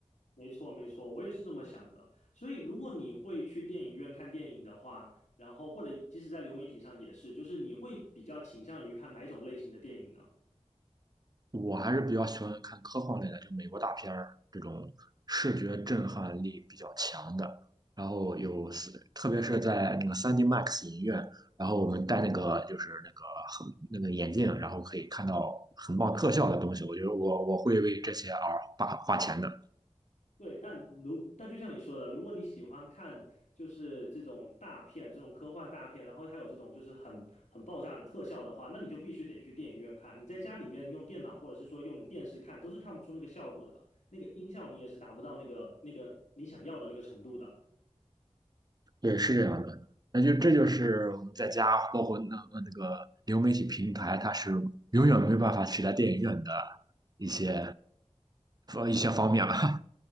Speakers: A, on the left (about 75°); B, on the right (about 35°).
A: 没错，没错，我也是这么想的。所以如果你会去电影院看电影的话，然后或者即使在流媒体上也是，就是你会比较倾向于看哪种类型的电影呢？
B: 我还是比较喜欢看科幻类的，就美国大片儿这种视觉震撼力比较强的。然后有四，特别是在那个三 d Max 影院，然后我们戴那个就是那个很那个眼镜，然后可以看到很棒特效的东西。我觉得我我会为这些而花花钱的。
A: 对，但如但就像你说的，如果你喜欢看就是这种大片、这种科幻大片，然后它有这种就是很很爆炸的特效的话，那你就必须得去电影院看。你在家里面用电脑或者是说用电视看，都是看不出那个效果的，那个音效你也是达不到那个那个你想要的那个程度的。
B: 对，是这样的。那就这就是我们在家，包括那那个流媒体平台，它是永远没办法取代电影院的一些一些方面了。